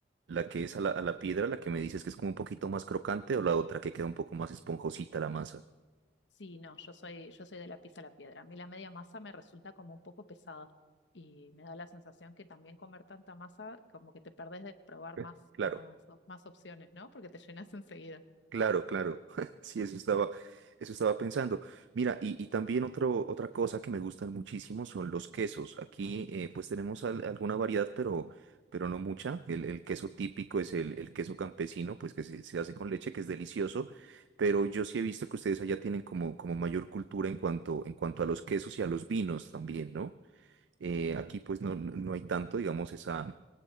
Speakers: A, on the right; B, on the left.
A: la que es a la, a la piedra, la que me dices que es como un poquito más crocante o la otra que queda un poco más esponjosita la masa?
B: Sí, no, yo soy, yo soy de la pizza a la piedra. A mí la media masa me resulta como un poco pesada y me da la sensación que también comer tanta masa como que te perdés de probar
A: Eh,
B: más,
A: Claro.
B: más, op- más opciones, ¿no? Porque te llenas enseguida.
A: Claro, claro. <laughs> Sí, eso estaba, eso estaba pensando. Mira, y, y también otro, otra cosa que me gustan muchísimo son los quesos. Aquí eh, pues tenemos al- alguna variedad, pero, pero no mucha. El, el queso típico es el, el queso campesino, pues que se, se hace con leche, que es delicioso. Pero yo sí he visto que ustedes allá tienen como, como mayor cultura en cuanto, en cuanto a los quesos y a los vinos también, ¿no? Eh, aquí pues no, no no hay tanto, digamos, esa